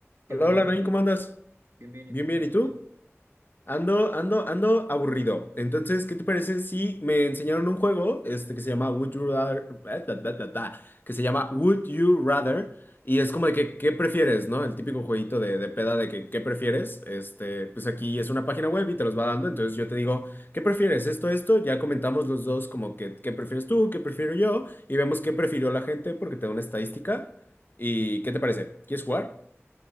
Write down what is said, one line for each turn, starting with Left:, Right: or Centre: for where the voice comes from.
Right: ¿Qué
Left: Hola,
Right: onda,
Left: hola,
Right: Paco?
Left: Nain, ¿cómo andas?
Right: Bien, bien, ¿y
Left: Bien,
Right: tú
Left: bien,
Right: qué haces?
Left: ¿y tú? Ando, ando, ando aburrido. Entonces, ¿qué te parece si me enseñaron un juego este, que se llama Would You Rather, eh, ta, ta, ta, ta, que se llama Would You Rather, y es como de que, ¿qué prefieres, no? El típico jueguito de, de peda de que, ¿qué prefieres? Este, pues aquí es una página web y te los va dando, entonces yo te digo, ¿qué prefieres? Esto, esto, ya comentamos los dos como que, ¿qué prefieres tú? ¿Qué prefiero yo? Y vemos qué prefirió la gente porque te da una estadística. ¿Y qué te parece? ¿Quieres jugar?